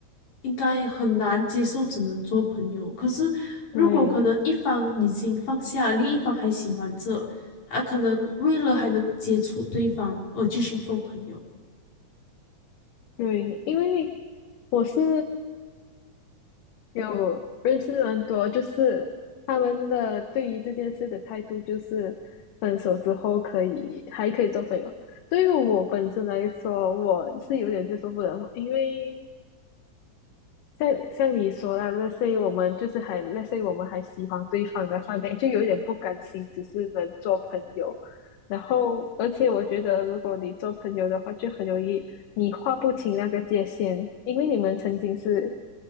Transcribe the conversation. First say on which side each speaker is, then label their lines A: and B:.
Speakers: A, on the left; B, on the left.
A: 应该很难接受，只能做朋友。可是如果可能一方已经放下，
B: 对
A: 另一方还喜欢着，啊，可能为了还能接触对方而继续做朋友。
B: 对，因为我是有认识很多，就是他们的对于这件事的态度，就是分手之后可以还可以做朋友。对于我本身来说，我是有点接受不了，因为像像你说啦，let's say 我们就是还 let's say 我们还喜欢对方的话，那就有点不甘心，只是能做朋友。然后，而且我觉得，如果你做朋友的话，就很容易你划不清那个界限，因为你们曾经是